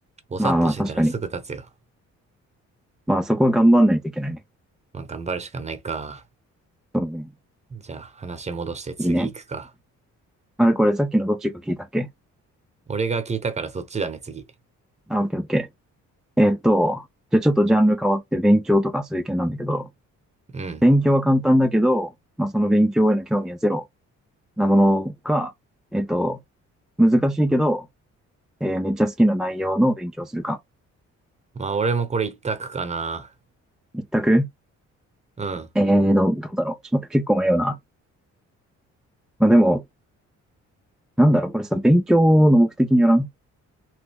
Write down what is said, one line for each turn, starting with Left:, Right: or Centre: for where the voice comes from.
Right: ぼさっとしてたらすぐ経つよ。
Centre: まあまあ、確かに。まあ、そこは頑張んないといけないね。
Right: まあ、頑張るしかないか。
Centre: そうね。
Right: じゃあ、話戻して次行くか。
Centre: いいね。あれ、これさっきのどっちか聞いたっけ
Right: 俺が聞いたからそっちだね、次。
Centre: あ、オッケーオッケー。えっと、じゃあちょっとジャンル変わって勉強とかそういう系なんだけど、
Right: うん。
Centre: 勉強は簡単だけど、まあ、その勉強への興味はゼロなものか、えっと、難しいけど、えーめっちゃ好きな内容の勉強をするか。
Right: まあ、俺もこれ一択かな。
Centre: 一択
Right: うん。
Centre: えー、どう、どうだろう。ちょっと待って、結構迷うな。まあ、でも、なんだろう、これさ、勉強の目的によらん